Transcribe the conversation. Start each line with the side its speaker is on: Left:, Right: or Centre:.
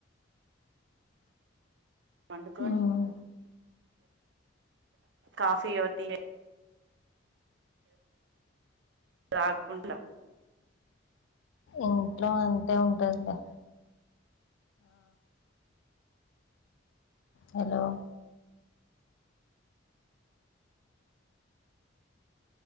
Right: పండుకొని
Left: ఉమ్
Right: కాఫీ యో టీ అయి రాకుంటా
Left: ఇంట్లో అంతే ఉంటుందిలే హలో